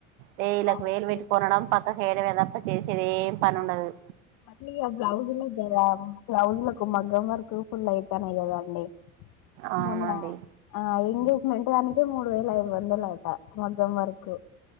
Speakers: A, on the right; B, on the left.
A: వేలకు
B: మళ్ళీ
A: వేలు పెట్టి కొనడం పక్కకి. పెట్టేయడం తప్పా చేసేది ఏమీ పను ఉండదు.
B: మళ్లీ ఆ బ్లౌజులు ధర బ్లౌజులకు మగ్గం వర్కు ఫుల్ అవుతాన్నాయి కదండి.
A: అవునండి
B: మొన్న ఆ ఎంగేజ్మెంట్ అని తే మూడు వేల ఐయి వందలు అంట, మగ్గం వర్కు